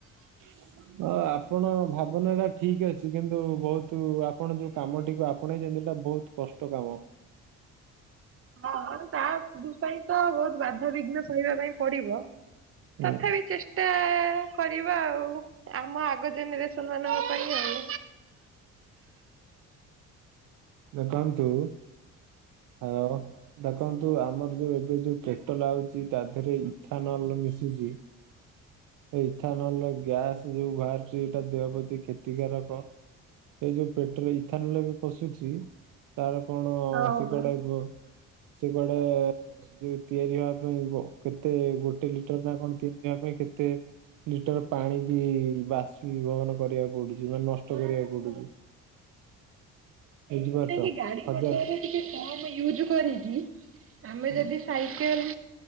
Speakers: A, on the right; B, on the right.
A: <unintelligible> ହ ଆପଣ ଭାବନା ଟା ଠିକ ଅଛି କିନ୍ତୁ ବହୁତ ଆପଣ ଯୋଉ କାମଟିକୁ ଆପଣେଇଛନ୍ତି ସେଇଟା ବହୁତ କଷ୍ଟ କାମ।
B: ହଁ ହଁ ଯାହା ଦୁସହିତ ବହୁତ ବାଧାବିଘ୍ନ ସହିବା ପାଇଁ ପଡିବ।
A: ହୁଁ
B: ତଥାପି ଚେଷ୍ଟା କରିବା ଆଉ। ଆମ ଆଗ ଜେନେରେସନ ମାନଙ୍କ ପାଇଁ ଆଉ
A: ଦେଖନ୍ତୁ ହଅ ଦେଖନ୍ତୁ ଆମର ଯୋଉ ଏବେ ଯୋଉ ପେଟଲ ଆଉଛି ତା ଦେହରେ ଏ ଇଥାନଲ ମିଶୁଛି। ଇଥାନଲର ଗ୍ୟାସ ଯୋଉ ବାହାରୁଛି ଏଇଟା ଦେହ ପ୍ରତି କ୍ଷତିକାରକ ସେ ଯୋଉ ପେଟଲ ଇଥାନଲ ବି ପଶୁଛି ତାର କଣ
B: ହଁ
A: ସେ କଡାକୁ ସେ କୁଆଡ଼େ ସେ ତିଆରି ହବା ପାଇଁ କେତେ ଗୋଟେ ଲିଟର ନା କଣ ତିଆରି ହେବା ପାଇଁ କେତେ ଲିଟର ପାଣି କି ବାଷ୍ପି ବିବହନ କରିବାକୁ ପଡୁଛି ମାନେ ନଷ୍ଟ କରିବାକୁ ପଡୁଛି। ବୁଝିପାରୁଛ
B: ନାଇଁକି ଗାଡି
A: ହଜାର
B: ମଟରରେ ଟିକେ କମ ୟୁଜ୍ କରିିକି। ଆମେ
A: ଉଁ,
B: ଯଦି ସାଇକେଲ